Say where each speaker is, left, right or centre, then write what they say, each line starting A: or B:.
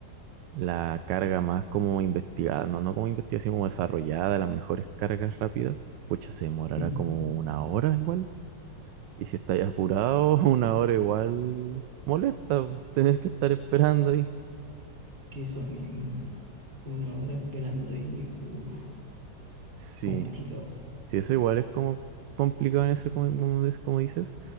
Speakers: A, on the right; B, on the right.
A: la carga más como investigada, no, no como investigada, sino como desarrollada, las mejores cargas rápidas, pucha, se demorará
B: ujú.
A: como una hora igual. Y si estáis apurado, <laughs> una hora igual molesta, po, tener que estar esperando ahí.
B: Que eso mismo. Una hora esperando ahí, uf,
A: Sí,
B: complicado.
A: sí, eso igual es como complicado en ese, como, como des- como dices,